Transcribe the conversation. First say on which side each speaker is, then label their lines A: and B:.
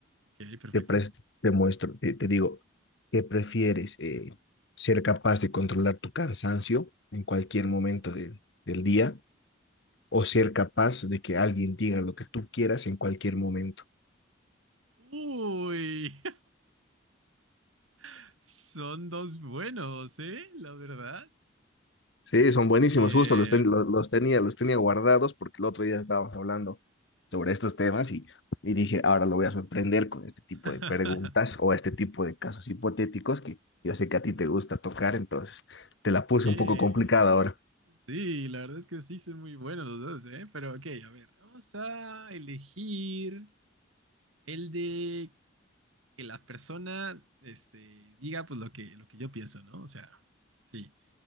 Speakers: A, on the right (about 85°); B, on the left (about 60°).
A: Ok, perfecto.
B: Te, pres- te muestro, te, te digo, ¿qué prefieres? eh, ¿ser capaz de controlar tu cansancio en cualquier momento de- del día o ser capaz de que alguien diga lo que tú quieras en cualquier momento?
A: Uy, <laughs> son dos buenos, ¿eh? La verdad.
B: Sí, son buenísimos,
A: Eh,
B: justo los, ten- los los tenía, los tenía guardados porque el otro día estábamos hablando sobre estos temas y, y dije, ahora lo voy a sorprender con este tipo
A: <laughs>
B: de preguntas o este tipo de casos hipotéticos que yo sé que a ti te gusta tocar, entonces te la puse
A: que-
B: un poco complicada ahora.
A: Sí, la verdad es que sí son muy buenos los dos, ¿eh? Pero ok, a ver, vamos a elegir el de que la persona, este, diga pues lo que, lo que yo pienso, ¿no? O sea, sí.